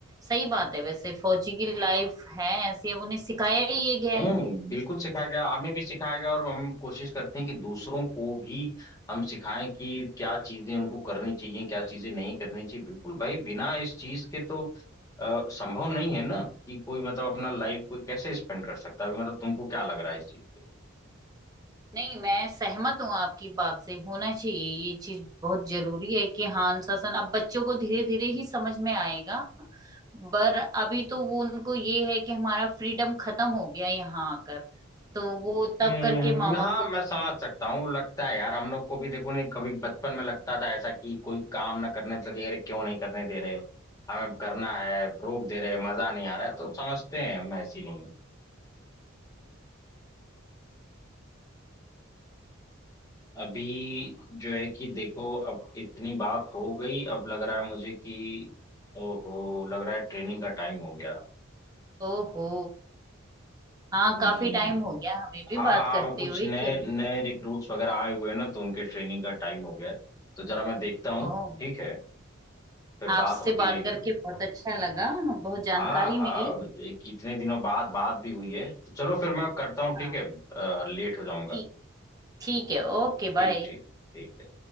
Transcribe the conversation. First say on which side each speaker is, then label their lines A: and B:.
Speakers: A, on the right; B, on the left.
A: सही बात है वैसे फौजी की लाइफ है ऐसी अब उन्हें सिखाया ही ये गया
B: हम्म
A: है
B: बिल्कुल सिखाया गया हमें भी सिखाया गया और हम कोशिश करते हैं कि दूसरों को भी हम सिखाएं कि क्या चीजें उनको करनी चाहिए क्या चीजें नहीं करनी चाहिए बिल्कुल भाई बिना इस चीज के तो अ, संभव नहीं है ना कि कोई मतलब अपना लाइफ कोई कैसे स्पेंड कर सकता है अभी मतलब तुमको क्या लग रहा है इस चीज पे
A: नहीं मैं सहमत हूँ आपकी बात से होना चाहिए ये चीज बहुत जरूरी है कि हाँ अनुशासन अब बच्चों को धीरे धीरे ही समझ में आएगा पर अभी तो वो उनको ये है कि हमारा फ्रीडम खत्म हो गया यहाँ आकर तो वो तब
B: हम्म
A: करके मामा
B: हाँ
A: से
B: मैं
A: दुखी
B: समझ
A: है
B: सकता हूँ लगता है यार हम लोग को भी देखो नहीं कभी बचपन में लगता था ऐसा कि कोई काम ना करने तो लगे अरे क्यों नहीं करने दे रहे हमें करना है रोक दे रहे मजा नहीं आ रहा है तो समझते हैं हम ऐसी नहीं अभी जो है कि देखो अब इतनी बात हो गई अब लग रहा है मुझे कि ओहो लग रहा है ट्रेनिंग का टाइम हो गया
A: ओहो हाँ
B: हम्म
A: काफी टाइम हो गया हमें भी
B: हाँ
A: बात
B: हाँ
A: करते
B: वो कुछ
A: हुए
B: नए
A: चल
B: नए रिक्रूट्स वगैरह आए हुए हैं ना तो उनके ट्रेनिंग का टाइम हो गया है तो जरा मैं देखता हूँ
A: ओह
B: ठीक है फिर
A: आपसे
B: बात होती
A: बात
B: रहेगी
A: करके बहुत अच्छा लगा बहुत जानकारी
B: हाँ हाँ
A: मिली
B: एक इतने दिनों बाद बात भी हुई है तो चलो फिर मैं करता हूँ
A: हाँ
B: ठीक है लेट हो जाऊंगा
A: ठीक ठीक है ओके
B: ठीक
A: बाय
B: ठीक ठीक है